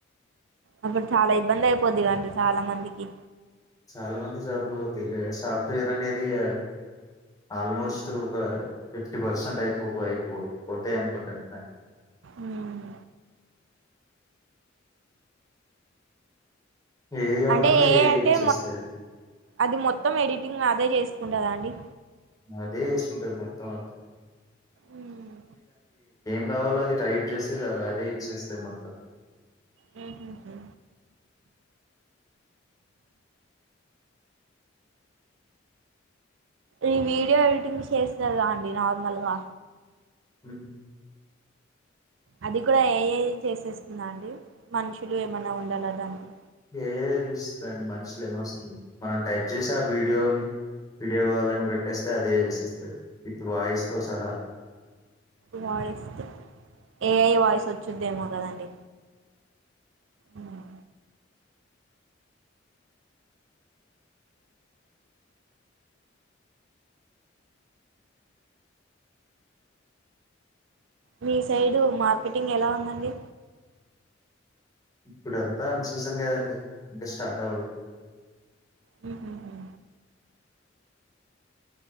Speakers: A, on the right; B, on the left.
A: అప్పుడు చాలా ఇబ్బంది అయిపోద్ది కదండి చాలా మందికి
B: చాలా మంది జాబ్ లు పోతాయి సాఫ్ట్వేర్ అనేది ఇగ ఆల్మోస్ట్ ఒక ఫిఫ్టీ పర్సెంట్ అయిపో అయిపో పోతాయి అనుకుంటాన్నాయి
A: ఉమ్
B: ఏది కావాలన్నా
A: అంటే ఏఐ అంటే
B: ఇచ్చేస్తది
A: అది మొత్తం ఎడిటింగ్ అదే చేసుకుంటదా అండి
B: అదే చేసుకుంటది మొత్తం అంతా
A: ఉమ్.
B: ఏది కావాల్ల అది టైప్ చేస్తే చాలు అదే ఇచ్చేస్తే మొత్తం
A: హ్మ్ హు ఈ వీడియో ఎడిటింగ్ చేస్తారుగా అండి నార్మల్గా
B: హ్మ్
A: అది కూడా ఏఐ చేసేస్తుందా అండి మనుషులు ఏమైన ఉండాల దానికి
B: ఏఐ చేస్తుంది మనుషులు ఏం అవసరం లేదు మనం టైప్ చేసి ఆ వీడియోని వీడియో కావాలని పెట్టేస్తే అదే చేసేస్తుంది విత్ వాయిస్ తో సహా
A: వాయిస్ ఏఐ వాయిస్ వచ్చుద్దేమో కదండి ఉమ్. మీ సైడు మార్కెటింగ్ ఎలా ఉందండి
B: ఇప్పుడంతా అన్ సీజన్ కదండి ఇంకా స్టార్ట్ అవ్వాలి
A: హ్మ్ హు